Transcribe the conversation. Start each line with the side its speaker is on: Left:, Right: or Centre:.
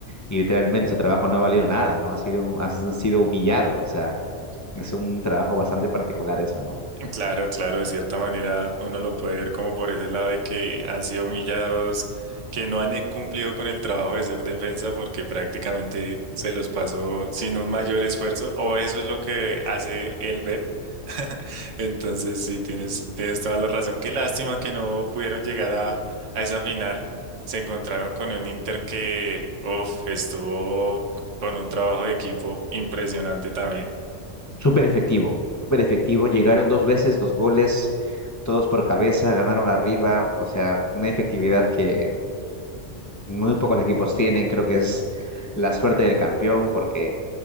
Left: y literalmente su trabajo no ha valido nada, ¿no? Ha sido, han sido humillados, o sea, es un trabajo bastante particular eso, ¿no?
Right: Claro, claro, de cierta manera uno lo puede ver como por ese lado de que han sido humillados, que no han eh, cumplido con el trabajo de ser defensa porque prácticamente se los pasó sin un mayor esfuerzo, o eso es lo que hace él ver. <laughs> Entonces, sí, tienes, tienes toda la razón. Qué lástima que no pudieron llegar a, a esa final. Se encontraron con un Inter que, uf, estuvo con un trabajo de equipo impresionante también.
Left: Súper efectivo, súper efectivo, llegaron dos veces, dos goles, todos por cabeza, ganaron arriba, o sea, una efectividad que muy pocos equipos tienen, creo que es la suerte del campeón, porque